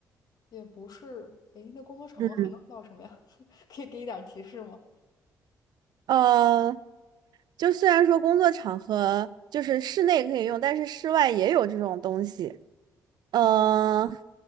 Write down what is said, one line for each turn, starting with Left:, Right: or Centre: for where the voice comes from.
Left: 也不是，诶，那工作场合还能用到什么呀？
Right: 嗯
Left: <laughs> 可以给一点提示吗？
Right: 呃，就虽然说工作场合就是室内可以用，但是室外也有这种东西。嗯、呃